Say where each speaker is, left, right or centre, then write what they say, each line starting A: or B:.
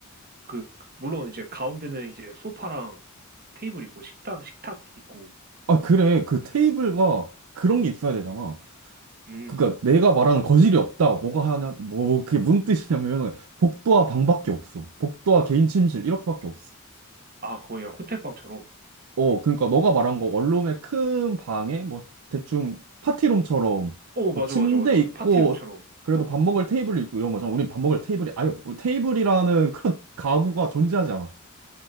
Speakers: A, on the right; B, on the right.
A: 그 물론 이제 가운데는 이제 소파랑 테이블 있고 식탁 식탁 있고
B: 아 그래 그 테이블과 그런 게 있어야 되잖아.
A: 음
B: 그러니까 내가 말하는 거실이 없다. 뭐가 하냐? 뭐 그게 무슨 뜻이냐면 복도와 방밖에 없어. 복도와 개인 침실 이렇게밖에 없어.
A: 아 거의 그냥 호텔 방처럼
B: 어, 그러니까 너가 말한 거 원룸의 큰 방에 뭐 대충 파티룸처럼
A: 어
B: 뭐
A: 맞아
B: 침대
A: 맞아 맞아 맞아
B: 있고
A: 파티룸처럼
B: 그래도
A: 어
B: 밥 먹을 테이블 있고 이런 거잖아. 우린 밥 먹을 테이블이 아예 없- 우리 테이블이라는 그런 <laughs> 가구가 존재하지 않았어.